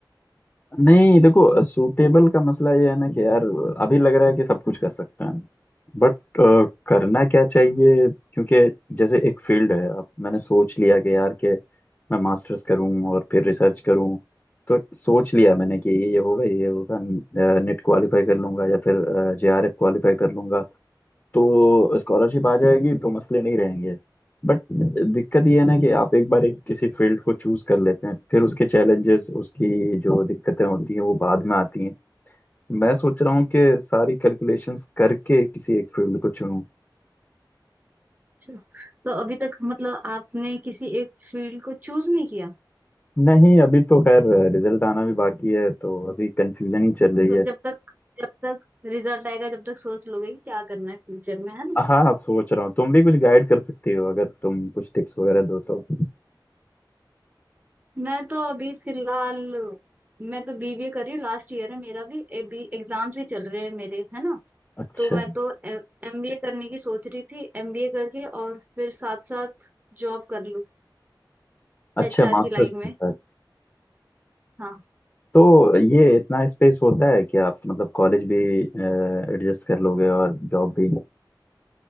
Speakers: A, on the left; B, on the right.
A: नहीं देखो सूटेबल का मसला ये है ना कि यार अभी लग रहा है कि सब कुछ कर सकते हैं बट करना क्या चाहिए क्योंकि जैसे एक फील्ड है अब मैंने सोच लिया कि यार के मैं मास्टर्स करूं और फिर रिसर्च करूं तो सोच लिया मैंने कि ये ये होगा ये होगा नेट क्वालिफाई कर लूंगा या फिर जेआरएफ क्वालिफाई कर लूंगा तो स्कॉलरशिप आ जाएगी तो मसले नहीं रहेंगे बट दिक्कत ये है ना कि आप एक बार एक किसी फील्ड को चूज कर लेते हैं फिर उसके चैलेंजेस उसकी जो दिक्कतें होती हैं वो बाद में आती हैं मैं सोच रहा हूँ कि सारी कैलकुलेशंस करके किसी एक फील्ड को चुनूं
B: अच्छा, तो अभी तक मतलब आपने किसी एक फील्ड को चूज नहीं किया
A: नहीं अभी तो खैर रिजल्ट आना भी बाकी है तो अभी कंफ्यूजन ही चल रही
B: तो
A: है
B: जब तक जब तक रिजल्ट आएगा जब तक सोच लोगे कि क्या करना है फ्यूचर में है ना
A: हाँ सोच रहा हूँ तुम भी कुछ गाइड कर सकती हो अगर तुम कुछ टिप्स वगैरह दो तो
B: मैं तो अभी फिलहाल मैं तो बीबीए कर रही हूँ लास्ट ईयर है मेरा भी एग्जाम्स ही चल रहे हैं मेरे है ना
A: अच्छा
B: तो मैं तो एमबीए करने की सोच रही थी एमबीए करके और फिर साथ साथ जॉब कर लूँ
A: अच्छा
B: एचआर
A: मास्टर्स
B: की लाइन में
A: के साथ
B: हाँ
A: तो ये इतना स्पेस होता है कि आप मतलब कॉलेज भी एडजस्ट कर लोगे और जॉब भी